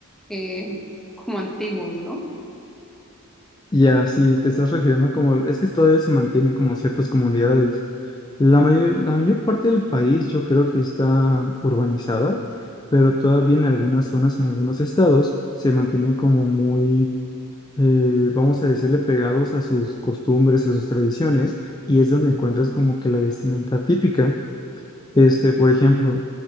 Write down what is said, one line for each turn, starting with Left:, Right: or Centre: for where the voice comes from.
Centre: em, como antiguos, ¿no?
Left: Ya, si te estás refiriendo como, es que todavía se mantienen como ciertas comunidades. La mayor, la mayor parte del país yo creo que está urbanizada, pero todavía en algunas zonas, en algunos estados, se mantienen como muy, eh, vamos a decirle, pegados a sus costumbres, a sus tradiciones, y es donde encuentras como que la vestimenta típica. Este, por ejemplo,